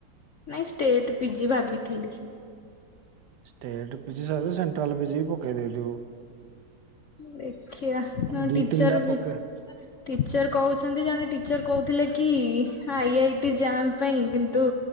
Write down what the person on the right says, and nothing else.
ଷ୍ଟେଟ ପି ଜି ସତ ସେଣ୍ଟ୍ରାଲ ପି ଜି ବି ପକେଇ ଦେଇଥିବୁ।
ଦି
ତିନିଟା
ପକେଇ